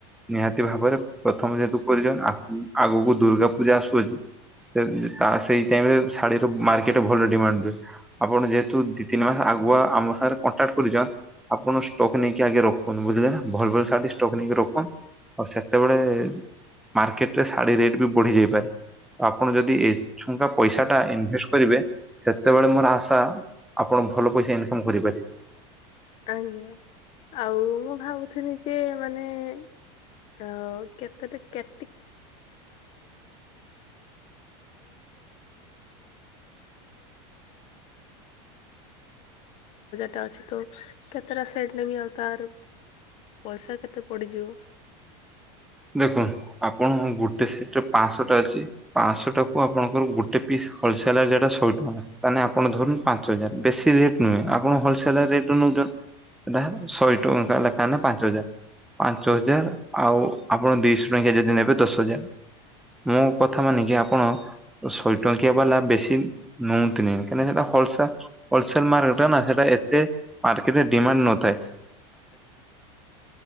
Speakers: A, in the centre; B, on the left.
A: ନିହାତି ଭାବରେ ପ୍ରଥମେ ଯେହେତୁ କରିଛନ୍ ଆକୁ ଆଗକୁ ଦୁର୍ଗା ପୂଜା ଆସୁଅଛି। ସେ ତା ସେଇ ଟାଇମରେ ଶାଢୀର ମାର୍କେଟ ଭଲ ଡିମାଣ୍ଡ ରୁ ଆପଣ ଯେହେତୁ ଦି ତିନି ମାସ ଆଗୁଆ ଆମ ସାଙ୍ଗରେ କଣ୍ଟାକ୍ଟ କରିଛନ୍। <unintelligible> ଆଉ ସେତେବେଳେ ମାର୍କେଟ ରେ ଶାଢ଼ୀ ରେଟ୍ ବି ବଢି ଯାଇପାରେ। ତ ଆପଣ ଯଦି ଏଛୁଙ୍କା ପଇସା ଟା ଇନଭେଷ୍ଟ କରିବେ ସେତେବେଳେ ମୋର ଆସ ଶା ଆପଣ ଭଲ ପଇସା ଇନକମ୍ କରିପାରିବେ।
B: ଆଜ୍ଞା ଆଉ ମୁଁ ଭାବୁଥିନି ଯେ ମାନେ <unintelligible> <unintelligible> ପାଞ୍ଚ ହଜାର ଟା ଅଛି ତ କେତେଟା ସେଟ ନେମି ଆଉ ତାର ପଇସା କେତେ ପଡିଯିବ।
A: ଦେଖନ୍ତ ଆପଣ ଗୋଟେ ସେଟରେ ପାଞ୍ଚଶହ ଟା ଅଛି ପାଞ୍ଚଶହ ଟା କୁ ଆପଣଙ୍କର ଗୋଟେ ପିସ୍ ହୋଲସେଲରରେ ରେଟ୍ ଟା ଶହେ ଟଙ୍କା ତାନେ ଆପଣ ଧରନ୍ତୁ ପାଞ୍ଚ ହଜାର ବେଶି ରେଟ ନୁହେଁ ଆପଣ ହୋଲସେଲର ରେଟ୍ ନୁହଁ। ଟ ଏଇଟା ହବ ଶହେ ଟଙ୍କା ଲେଖାନା ପାଞ୍ଚ ହଜାର ପାଞ୍ଚ
B: ହୁଁ
A: ହଜାର ଆଉ ଆପଣ ଦିଶହ ଟଙ୍କିଆ ଯଦି ନେବେ ଦଶ ହଜାର ମୋ କଥା ମାନିକି ଆପଣ ଶହେ ଟଙ୍କିଆ ବାଲା ବେଶି ନୁଅନ୍ତିନି କାଁହିକି ନା ସେଟା ହୋଲସର ହୋଲସେଲ ମର୍କଟା ନା ସେଇଟା ଏତେ ମାର୍କେଟରେ ଡିମାଣ୍ଡ ନଥାଏ।